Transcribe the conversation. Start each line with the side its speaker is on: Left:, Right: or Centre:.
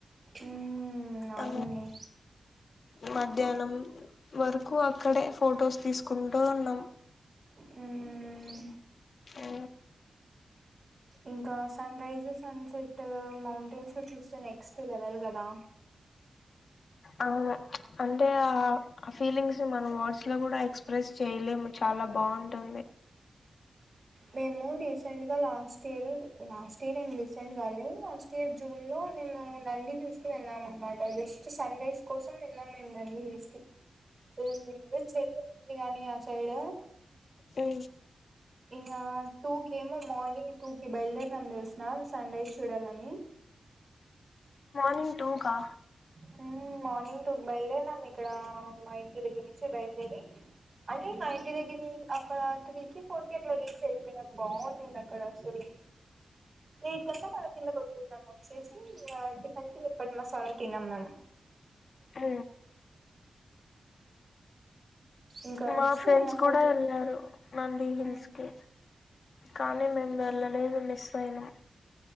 Right: మ్మ్ అవునులే
Left: అ మధ్యాహ్న వరకు అక్కడే ఫొటోస్ తీసుకుంటా ఉన్నాం.
Right: మ్మ్
Left: ఆ
Right: ఇంకా sunrise sunset mountains లో చూస్తే నెక్స్ట్ లెవెల్ కదా
Left: అవును అంటే ఆ ఫీలింగ్స్ ని మనం వర్డ్స్ లో కూడా ఎక్స్ప్రెస్ చేయలేము. చాలా బాగుంటుంది.
Right: మేము రీసెంట్గా లాస్ట్ ఇయర్ లాస్ట్ ఇయర్ ఏం హు రీసెంట్ గా లాస్ట్ ఇయర్ జూన్ లో మేము నంది హిల్స్ కి వెళ్ళాం అన్నమాట జస్ట్ సన్ రైస్ కోసం వెళ్ళాం మేము నంది హిల్స్ కి <unintelligible> ఉంది గానీ ఆ సైడ్
Left: హు
Right: ఇంకా టూ కి ఏమో మార్నింగ్ టూ కి బయలుదేరం తెలిసిన సన్ రైస్ చూడాలని
Left: మార్నింగ్ టూకా
Right: మ్మ్ మార్నింగ్ టూ బయల్దేరినం ఇక్కడా మా ఇంటి దగ్గర నుంచి బయల్దేరి అంటే మా ఇంటి దగ్గర నుం అక్కడ త్రీకి ఫోర్కి అట్లా రీచ్ అయిపోయినా బాగుందింది అక్కడ అసలు ఎయిట్ కళ్ల మళ్ళ కిందకొచ్చేసాం చేసి టిఫిన్కి <inaudible> మసాలా తిన్నాం మేమ్
Left: ఆ
Right: ఇంకా
Left: మా
Right: వచ్చి
Left: ఫ్రెండ్స్
Right: ఇంగ
Left: గుడా
Right: ఫోర్
Left: ఎళ్ళారు నంది హిల్స్
Right: మ్మ్
Left: కి కానీ మేము వెళ్లలేదు మిస్ అయినం